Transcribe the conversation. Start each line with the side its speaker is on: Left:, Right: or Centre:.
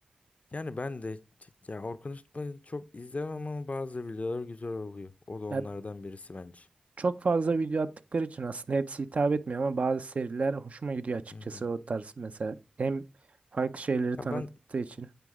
Left: yani ben de ya Orkun Işıtmak'ı çok izlemem ama bazı videolar güzel oluyor. O da onlardan
Right: Ya
Left: birisi bence.
Right: çok fazla video attıkları için aslında hepsi hitap etmiyor ama bazı seriler hoşuma gidiyor açıkçası
Left: Hı hı.
Right: o tarz mesela. Hem farklı şeyleri
Left: Ya
Right: tanıttığı
Left: ben
Right: için.